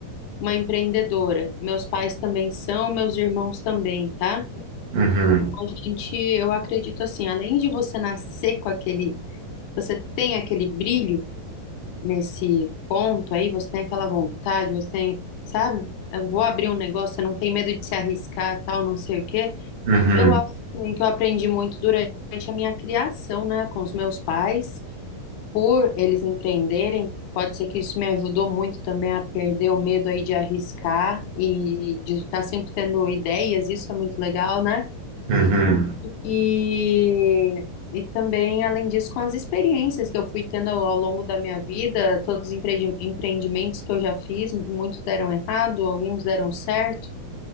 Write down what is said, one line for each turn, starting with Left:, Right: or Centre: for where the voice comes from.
Left: uma empreendedora. Meus pais também são, meus irmãos também, tá?
Right: uhum.
Left: Então, A gente, eu acredito assim, além de você nascer com aquele, você tem aquele brilho nesse ponto aí, você tem aquela vontade, você tem, sabe? Eu vou abrir um negócio, você não tem medo de se arriscar, tal, não sei o quê.
Right: Uhum,
Left: Eu acho também que eu aprendi muito durante a minha criação, né, com os meus pais por eles empreenderem, pode ser que isso me ajudou muito também a perder o medo aí de arriscar e de estar sempre tendo ideias, isso é muito legal, né?
Right: uhum.
Left: E, e também, além disso, com as experiências que eu fui tendo ao, ao longo da minha vida, todos os empreendi- empreendimentos que eu já fiz, muitos deram errado, alguns deram certo.